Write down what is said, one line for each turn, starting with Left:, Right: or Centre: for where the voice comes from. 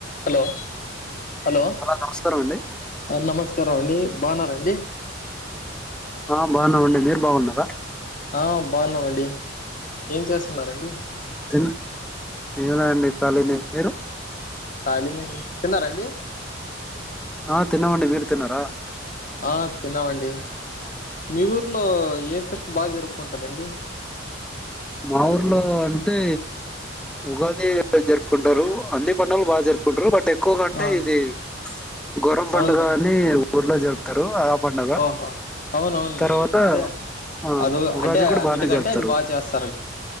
Left: Hello hello
Centre: నమస్కారం అండి
Left: నమస్తే రం అండి బాఉన్నారాండి
Centre: ఆ బాఉన్నామండి మీర్ బాగున్నారా
Left: ఆ బాఉన్నామండి ఏం చేస్తున్నారండి
Centre: తి ఏంలేఅండి ఖళీనె మీరు
Left: కాలీనె అండి తిన్నారాండి
Centre: ఆ తిన్నామండి మీరు తిన్నారా
Left: ఆ తిన్నావండి మీ వూర్లో ఏ ఫె బాగా జరుపుకుంటరండి
Centre: మా ఊర్లో అంటే ఉగాది జరుపుకుంటారు అంది పండుగలు బాగా జరుపుకుంట్రు బట్ ఎక్కువ గంటే
Left: ఆ
Centre: ఇది గొరం పండుగ
Left: అవునులే
Centre: అని ఊర్ లో చెరుపుతారు ఆ పండుగ
Left: ఓహో అవునవునండి
Centre: తర్వాత
Left: అంటే
Centre: ఆ
Left: అద
Centre: ఉగాది
Left: అంటే
Centre: కూడా
Left: అన్నిటికంటే
Centre: బాగానే జరుపుతారు
Left: అది బాగా చేస్త